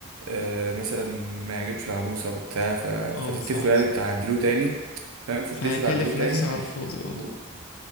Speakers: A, on the right; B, on the left.
A: آه، مثلا ما يعجبش العروسة وبتاع ف...
B: اه
A: فتتفقوا
B: صح
A: يعني
B: صح
A: تعدلوه تاني فاهم فتتفقوا
B: فهكلف
A: تعدلوه تاني
B: نفسي على الفاضي
A: و...
B: اه